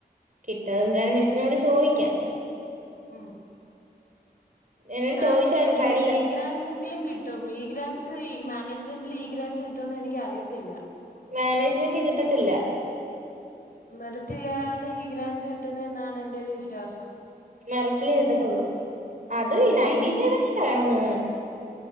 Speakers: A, on the right; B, on the left.
A: കിട്ടാതെ
B: ഉം
A: എന്താണ് മിസ്സിനോട് ചോദിക്കാം
B: ഉം
A: എന്നോട്
B: കാര്യം
A: ചോദിച്ചായിരുന്നു ട്രയലില്
B: ഈ ഈ ഗ്രാൻ എങ്കിലും കിട്ടും ഈ ഗ്രാൻസ് ഈ മാനേജ്മെന്റില് ഈ ഗ്രാൻസ് കിട്ടുംന്ന് എനിക്ക് അറിയത്തില്ല
A: മാനേജ്മെന്റ് കിട്ടത്തില്ല
B: മെറിറ്റിലാണ് ഈഗ്രാൻസ് കിട്ടുന്നെന്നാണ് എന്റെ ഒരു വിശ്വാസം
A: മെറിറ്റിലേ കിട്ടത്തൊള്ളു അത് ഈ നയന്റി ഫൈവ് എങ്ങണ്ട് വേണോന്നോന്നണ്